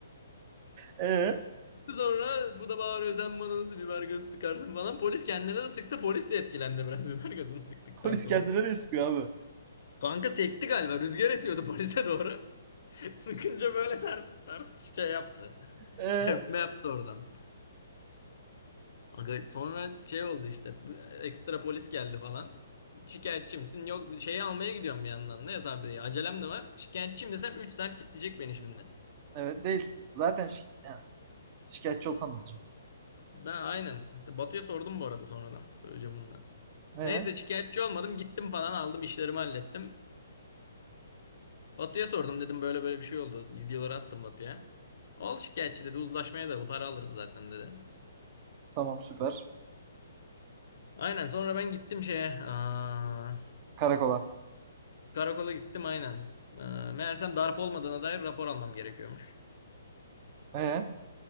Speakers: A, on the right; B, on the left.
A: E
B: Sonra bu da bağırıyor sen bana nasıl biber gazı sıkarsın falan. Polis kendine de sıktı. Polis de etkilendi biraz <laughs> biber gazını sıktıktan
A: polis
B: sonra.
A: geldi nereye sıkıyor abi?
B: Kanka sekti galiba. Rüzgar esiyordu polise doğru. <laughs> Sıkınca böyle ters ters şey yaptı. <laughs>
A: E
B: Tepme yaptı oradan. Aga sonra şey oldu işte ekstra polis geldi falan. Şikayetçi misin? Yok şeyi almaya gidiyorum bir yandan. Ne sabreyi? Acelem de var. Şikayetçiyim desem Üç saat kilitleyecek beni şimdi.
A: evet değilsin. Zaten şi- yani şikayetçi olsan ne olacak?
B: Ben aynen. Batu'ya sordum bu arada sonradan. Söyleyeceğim onu da.
A: E
B: Neyse şikayetçi olmadım. Gittim falan aldım işlerimi hallettim. Batu'ya sordum dedim böyle böyle bir şey oldu. Videoları attım Batu'ya. Ol şikayetçi dedi uzlaşmaya dayalı para alırız zaten dedi.
A: tamam süper.
B: Aynen sonra ben gittim şeye. Aa,
A: Karakola.
B: Karakola gittim aynen. Ee, meğersem darp olmadığına dair rapor almam gerekiyormuş.
A: E